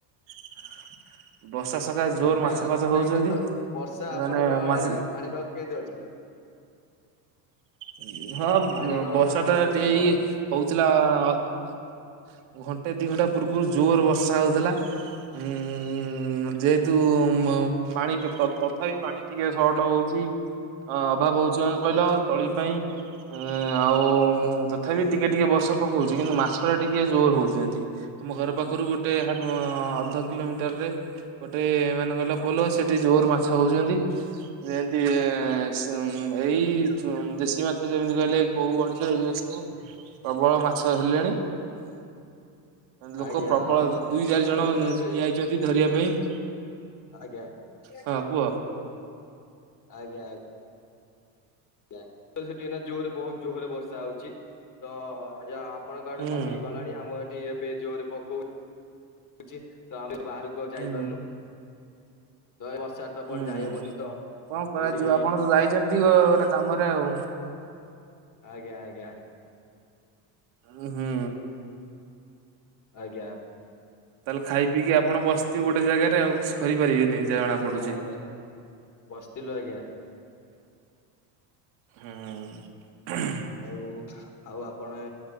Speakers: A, on the right; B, on the left.
A: <inaudible> ବର୍ଷା ସକାଶେ ଜୋର
B: ଆଜ୍ଞା
A: ମାଛ ଫାଛ
B: ତ
A: ହଉଛନ୍ତି।
B: ଏଇନା ତ ବର୍ଷା ଆପଣଙ୍କ
A: ମାନେ
B: ଆଡେ
A: ମାଛ
B: ନା
A: <inaudible>
B: ପାଣିପାଗ କେମିତି ଅଛି?
A: ଉ ହଁ
B: ପାଣିପାଗର
A: ବର୍ଷା ଟା
B: ଅବସ୍ଥା
A: ଟି ଏଇ
B: କଣ?
A: ହଉଥିଲା ଅ ଘ ଣ୍ଟେ ଦି ଘଣ୍ଟା ପୂର୍ବରୁ ଜୋର ବର୍ଷା ହଉଥିଲା। ଉଁ ଯେହେତୁ ଉଁ ପାଣି ତଥାପି ପାଣି ଟିକେ ସର୍ଟ ହଉଛି ଅଭାବ ହଉଛି କଣ କହିଲ ତଳି ପାଇଁ ଏ ଆଉ ତଥାପି ଟିକେ ଟିକେ ବର୍ଷା ପକଉଛି। କିନ୍ତୁ ମାଛ ଟା ଟିକେ ଯୋ ରେ ହଉଛନ୍ତି, ଆମ ଘର ପାଖରୁ ଗୋଟେ ହାପ ଅଧ କିଲୋମିଟରରେ ଗୋଟେ ମାନେ କ ଲ ପୋଲ ସେଠି ଜୋର ମାଛ ହଉଛନ୍ତି। ଯେମତି ଏ ସେ ଏଇ ଚୁ ଦେଶୀ ମାଛ ଯେମିତି କହିଲେ କୋଉ ଗଡ଼ିଶ ଏ ଯୋଉ ସବୁ ପ୍ରବଳ ମାଛ ହେଲେଣି। ଲୋକ
B: ଆଜ୍ଞା
A: ପ୍ରବଳ,
B: ଆମ
A: ଦୁଇ ଚାରି ଜଣ
B: ଆମେ ତ ଏବେ
A: ଠିଆ ହେଇଛନ୍ତି ଧରିବା ପାଇଁ।
B: ଆଜ୍ଞା ।
A: ହଁ
B: <inaudible>
A: କୁହ।
B: ଆଜ୍ଞା ଆ ଜ୍ଞା ତ ସେଠି ଏନା ଜୋରେ ବହୁତ ଜୋହରେ ବର୍ଷା ହଉଛି। ତ ଯ ଆ ଆପଣଙ୍କ ଆଡେ
A: ହୁଁ
B: କମିକି ଗଲାଣି! ଆମ ଏଠି ଏବେ ଜୋରେ ପକଉ ଛି ତ ଆମେ ବାହାରକୁ ଆଉ ଯାଇପାରୁନୁ।
A: ହୁଁ
B: ତ ଏ ବର୍ଷାରେ ତ
A: ହୁଁ
B: କୁଆଡେ ଯାଇହବନି ତ
A: କଣ କରାଯିବ
B: ଏଇଠି
A: ଆପଣ ତ ଯାଇଛନ୍ତି, ଓ ଗୋଟେ କାମରେ ଆଉ।
B: ଆଜ୍ଞା ଆଜ୍ଞା।
A: ଉ ହୁଁ।
B: ଆଜ୍ଞା।
A: ତାହେଲେ ଖାଇ ପିଇକି ଆପଣ ବସି ଗୋଟେ ଜାଗାରେ ଆଉ କିଛି କରିପାରିବେନି ଯାହା ଜଣା
B: ଆଜ୍ଞା
A: ପଡୁଛି
B: ଆଜ୍ଞା ବସିଥିଲୁ ଆଜ୍ଞା।
A: ହୁଁ।
B: ଆଉ ଆଉ ଆପଣ